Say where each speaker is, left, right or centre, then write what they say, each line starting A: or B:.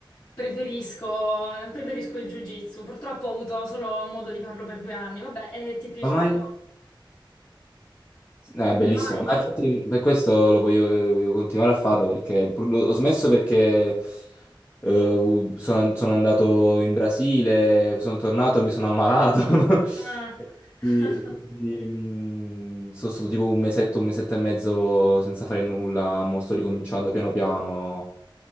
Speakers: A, on the left; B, on the left.
A: preferisco, preferisco il jiu-jitsu. Purtroppo ho avuto solo modo di farlo per due anni. Vabbè, e ti è piaciuto?
B: Come mai? Eh,
A: Come
B: bellissimo,
A: mai?
B: ma infatti per questo lo voglio, voglio continuare a farlo perché pur- l'ho- ho smesso perché eh, sono, sono andato in Brasile, sono tornato e mi sono ammalato <laughs>
A: Ah,
B: e
A: <laughs>
B: quindi, e quindi, mm, sono stato tipo un mesetto, un mesetto e mezzo senza fare nulla, mo sto ricominciando piano piano